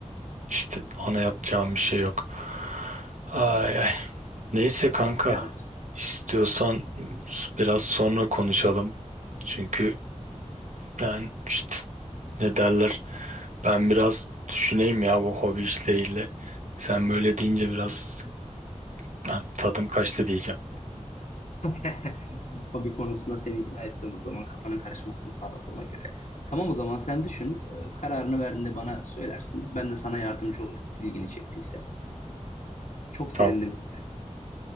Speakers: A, on the right; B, on the left.
A: İşte ona yapacağım bir şey yok. Ay, ay. Neyse kanka,
B: Evet.
A: istiyorsan biraz sonra konuşalım. Çünkü Ben işte ne derler ben biraz düşüneyim ya bu hobi işleriyle. Sen böyle deyince biraz ben tadım kaçtı diyeceğim.
B: <laughs> Hobi konusunda seni ikna ettim o zaman kafanın karışmasını sağladığıma göre. Tamam o zaman sen düşün. E, kararını verdiğinde bana söylersin. Ben de sana yardımcı olurum ilgini çektiyse. Çok
A: Tamam,
B: sevindim.